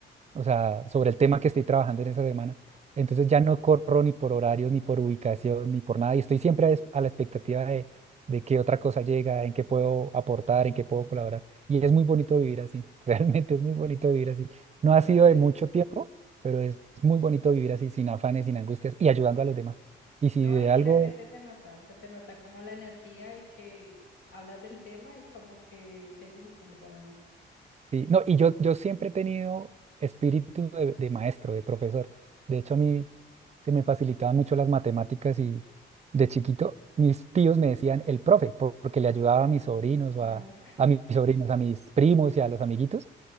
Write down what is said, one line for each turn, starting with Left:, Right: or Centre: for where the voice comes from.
Right: o sea, sobre el tema que estoy trabajando en esa semana. Entonces ya no corro ni por horarios, ni por ubicación, ni por nada. Y estoy siempre a, es- a la expectativa de, de qué otra cosa llega, en qué puedo aportar, en qué puedo colaborar. Y es muy bonito vivir así, <laughs> realmente es muy bonito vivir así. No
Left: Oye,
Right: ha sido de mucho tiempo, pero es muy bonito vivir así, sin afanes, sin angustias y ayudando a los demás. Y si
Left: No,
Right: de
Left: y mira
Right: algo
Left: que se te nota, se te nota como la energía y que hablas del tema y como que te gusta, o sea,
Right: Sí, no, y yo, yo siempre he tenido espíritu de, de maestro, de profesor. De hecho, a mí se me facilitaban mucho las matemáticas y de chiquito mis tíos me decían el profe, por- porque le ayudaba a mis sobrinos o
Left: ah,
Right: a, a mis sobrinos, a mis primos y a los amiguitos,